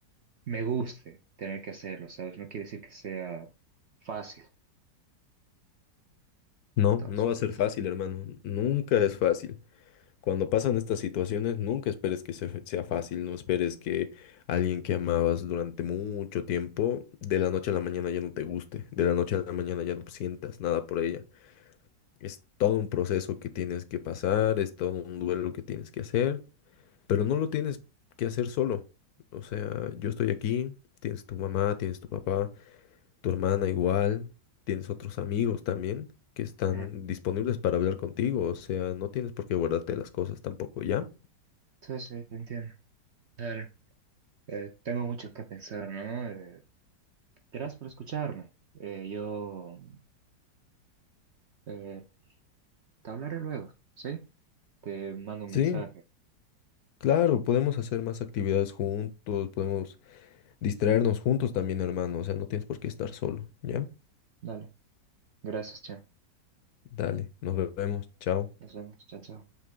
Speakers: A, on the right; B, on the left.
A: me guste tener que hacerlo, ¿sabes? No quiere decir que sea fácil.
B: No,
A: Entonces,
B: no va a ser fácil, hermano. Nunca es fácil. Cuando pasan estas situaciones, nunca esperes que se- sea fácil. No esperes que alguien que amabas durante mucho tiempo, de la noche a la mañana ya no te guste. De la noche a la mañana ya no sientas nada por ella. Es todo un proceso que tienes que pasar, es todo un duelo que tienes que hacer, pero no lo tienes que hacer solo. O sea, yo estoy aquí, tienes tu mamá, tienes tu papá tu hermana igual, tienes otros amigos también que están
A: eh,
B: disponibles para hablar contigo, o sea, no tienes por qué guardarte las cosas tampoco, ¿ya?
A: sí, sí, te entiendo. Dale. Eh, tengo mucho que pensar, ¿no? Eh, gracias por escucharme. Eh, yo eh, te hablaré luego, ¿sí? Te mando un
B: Sí,
A: mensaje.
B: claro, podemos hacer más actividades juntos, podemos distraernos juntos también, hermano, o sea, no tienes por qué estar solo, ¿ya?
A: Dale. Gracias, chao.
B: Dale, nos vemos, chao.
A: Nos vemos. Chao, chao.